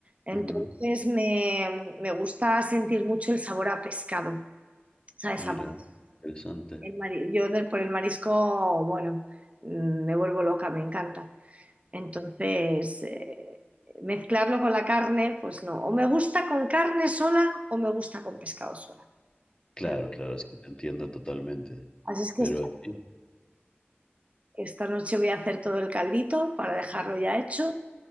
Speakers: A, on the right; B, on the left.
A: Entonces
B: Ujú.
A: me, me gusta sentir mucho el sabor a pescado. ¿Sabes?
B: Mira,
A: Amar
B: interesante.
A: el mari- Yo de- por el marisco, bueno, mm, me vuelvo loca, me encanta. Entonces, eh, mezclarlo con la carne, pues no. O me gusta con carne sola o me gusta con pescado sola.
B: Claro,
A: Pero-
B: claro, sí, te entiendo totalmente.
A: así es que
B: Pero
A: esta,
B: sí,
A: esta noche voy a hacer todo el caldito para dejarlo ya hecho